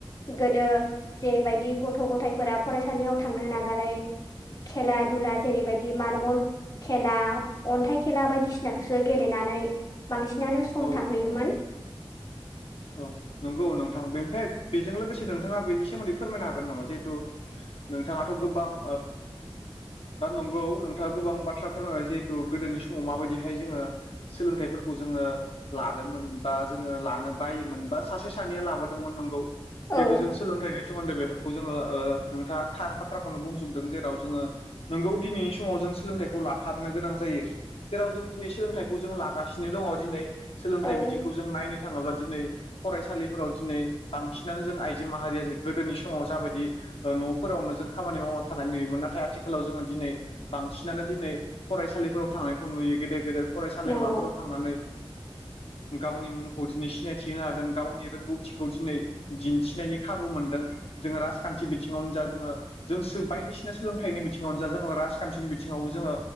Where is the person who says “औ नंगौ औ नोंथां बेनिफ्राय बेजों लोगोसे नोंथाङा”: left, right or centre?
Left